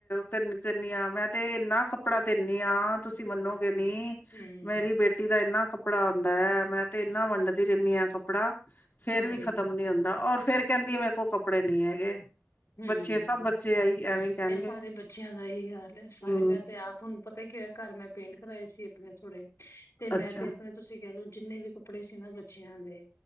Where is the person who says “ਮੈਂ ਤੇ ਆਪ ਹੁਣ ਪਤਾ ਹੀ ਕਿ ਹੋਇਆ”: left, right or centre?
Left